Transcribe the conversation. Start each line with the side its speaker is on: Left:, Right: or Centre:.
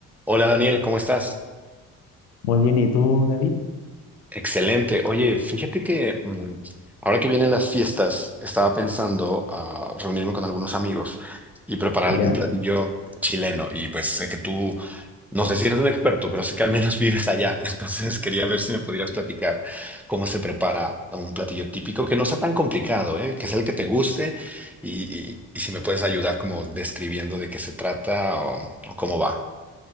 Centre: Hola Daniel, ¿cómo estás?
Left: Muy bien, ¿y tú, David?
Centre: Excelente. Oye, fíjate que mm, ahora que vienen las fiestas, estaba pensando a reunirme con algunos amigos y preparar algún
Left: ¿Ya?
Centre: platillo chileno. Y pues sé que tú, no sé si eres un experto, pero sé que al menos vives allá. <laughs> Entonces quería ver si me pudieras platicar cómo se prepara un platillo típico que no sea tan complicado, ¿eh? Que sea el que te guste y, y- y si me puedes ayudar como describiendo de qué se trata o o cómo va.